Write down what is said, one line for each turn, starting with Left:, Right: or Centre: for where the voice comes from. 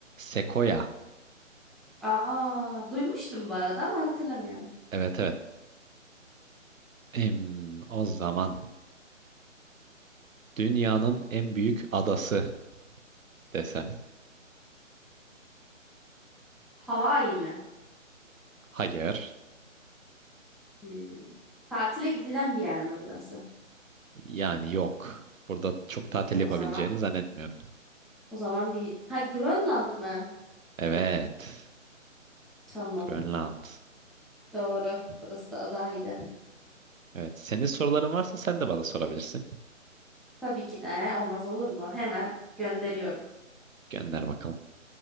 Right: Sekoya.
Centre: Aa, duymuştum bu arada ama hatırlamıyorum.
Right: Evet evet. Em, o zaman dünyanın en büyük adası desem.
Centre: Hawaii mi?
Right: Hayır.
Centre: Hmm. Tatile gidilen bir yer mi burası?
Right: Yani yok. Burada çok tatil yapabileceğini
Centre: O zaman
Right: zannetmiyorum.
Centre: o zaman bir ha Grönland mı?
Right: Evet.
Centre: Tamam.
Right: Grönland.
Centre: Doğru. Burası da adaydı.
Right: Evet. Senin soruların varsa sen de bana sorabilirsin.
Centre: Tabii ki de olmaz olur mu? Hemen gönderiyorum.
Right: Gönder bakalım.